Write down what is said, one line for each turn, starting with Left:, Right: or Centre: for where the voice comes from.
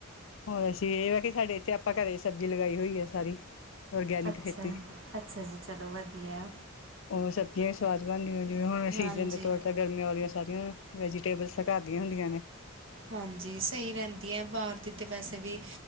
Left: ਹੋਰ ਅਸੀਂ ਇਹ ਵਾ ਕਿ ਸਾਡੇ ਇੱਥੇ ਆਪਾਂ ਘਰੇ ਸਬਜ਼ੀ ਲਗਾਈ ਹੋਈ ਆ ਸਾਰੀ। ਔਰਗੈਨਿਕ
Right: ਅੱਛਾ।
Left: ਖੇਤੀ
Right: ਅੱਛਾ ਜੀ ਚਲੋ ਵਧੀਆ।
Left: ਉਹ ਸਬਜ਼ੀਆਂ ਵੀ ਸਵਾਦ ਬਣਦੀਆਂ। ਜਿਵੇਂ ਹੁਣ
Right: ਹਾਂਜੀ
Left: ਸੀਜਨ ਦੇ ਤੌਰ ਤੇ ਗਰਮੀਆਂ ਵਾਲੀਆਂ ਸਾਰੀਆਂ ਵੈਜੀਟੇਬਲ ਤਾਂ ਘਰ ਦੀਆਂ ਹੁੰਦੀਆਂ ਨੇ।
Right: ਹਾਂਜੀ। ਸਹੀ ਰਹਿੰਦੀ ਹੈ ਬਾਹਰ ਦੀ ਤਾਂ ਵੈਸੇ ਵੀ